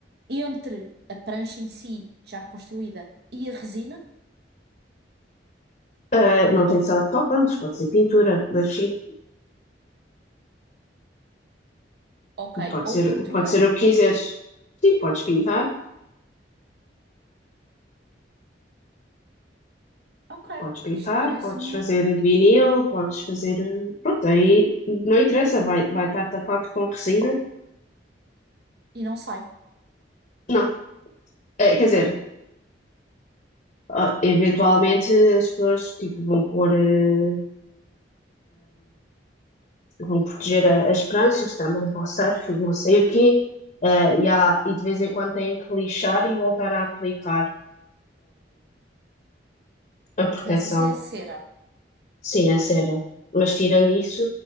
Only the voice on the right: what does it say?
entre a prancha em si, já construída, e a resina?
Ok.
Ou
pintura?
Ok.
Isto parece-me.
E não sai.
Mas isso é a cera.